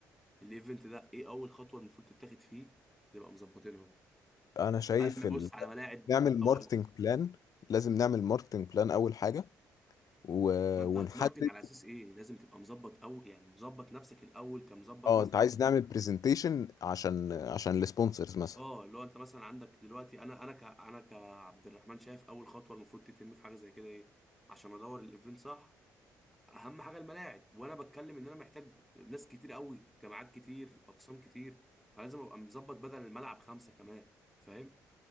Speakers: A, in the centre; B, on the left (about 45°).
A: الايفنت ده ايه اول خطوه المفروض تتاخد فيه نبقى مظبطينها
B: انا شايف
A: هل نبص
B: ال...
A: على ملاعب
B: نعمل
A: الاول
B: ماركتنج بلان لازم نعمل ماركتنج بلان اول حاجة و...
A: ما انت
B: ونحدد
A: هتماركت على اساس ايه لازم تبقى مظبط او يعني مظبط نفسك الاول كمظبط
B: اه
A: مثلا
B: انت عايز نعمل برزنتيشن عشان عشان السبونسرز مثلا
A: اه اللي هو انت مثلا عندك دلوقتي انا انا ك انا كعبد الرحمن شايف اول خطوه المفروض تتم في حاجه زي كده ايه عشان ادور الايفنت صح اهم حاجه الملاعب وانا بتكلم ان انا محتاج ناس كتير قوي جماعات كتير اقسام كتير فلازم ابقى مظبط بدل الملعب خمسه كمان فاهم